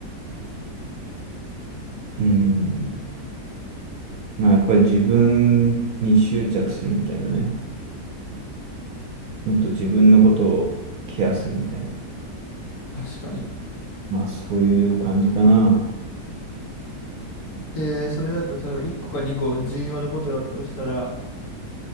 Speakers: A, on the right (about 65°); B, on the left (about 60°).
A: うん。まあやっぱり自分に執着するみたいなね。もっと自分のことをケアするみたいな。
B: 確かに。
A: まあそういう感じかな。
B: で、それだと、例えば1個か2個重要なことだとしたら、